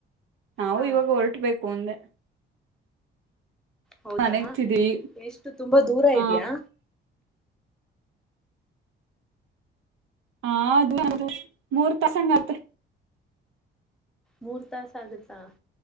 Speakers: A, on the right; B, in the centre.
A: ನಾವು
B: ಹಾ
A: ಇವಾಗ ಹೊರಟ ಬು ಪಂದ
B: ಹೌದಾ
A: ಮನೆಗ್ತಿದ್ವಿ
B: ಎಷ್ಟು ತುಂಬಾ ದೂರ
A: ಹ
B: ಇದ್ಯಾಾ
A: ಹದು ಅದು ಮೂರ್ ತಸಂಗತ್
B: ಮೂರ್ತಾ ಸಾಗಸಾ